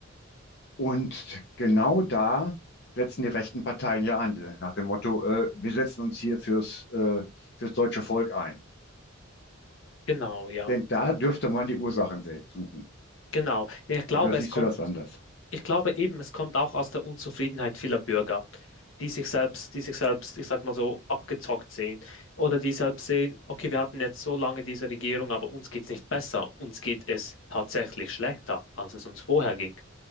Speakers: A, on the left; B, on the left.
A: Und genau da setzen die rechten Parteien ja an, die- nach dem Motto, äh, wir setzen uns hier fürs, äh, fürs deutsche Volk ein.
B: genau, ja.
A: Denn da dürfte man die Ursachen se- suchen.
B: Genau. Ja, Ich glaube,
A: Oder siehst
B: es kommt.
A: du das anders?
B: Ich glaube eben, es kommt auch aus der Unzufriedenheit vieler Bürger, die sich selbst, die sich selbst, ich sag mal so, abgezockt sehen. Oder die selbst sehen, okay, wir hatten jetzt so lange diese Regierung, aber uns geht's nicht besser. Uns geht es tatsächlich schlechter, als es uns vorher ging.